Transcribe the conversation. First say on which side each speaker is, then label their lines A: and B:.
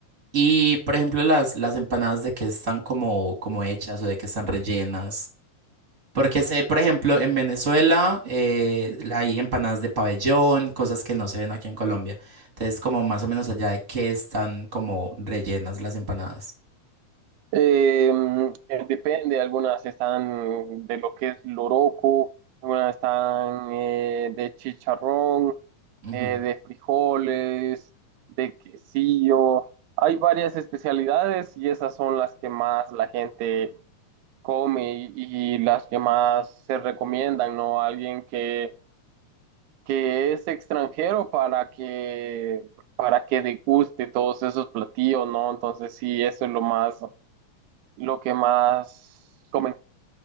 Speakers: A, on the right (about 25°); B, on the right (about 80°).
A: Y, por ejemplo, las, las empanadas de que están como, como hechas o de que están rellenas. Porque sé, por ejemplo, en Venezuela eh, hay empanadas de pabellón, cosas que no se ven aquí en Colombia. Entonces, como más o menos allá de que están como rellenas las empanadas.
B: Eh, eh, depende, algunas están de lo que es loroco, algunas están eh, de chicharrón,
A: Ujú.
B: eh, de frijoles, de quesillo. Hay varias especialidades y esas son las que más la gente come y, y las que más se recomiendan, ¿no? Alguien que, que es extranjero para que, para que deguste todos esos platillos, ¿no? Entonces sí, eso es lo más lo que más comen.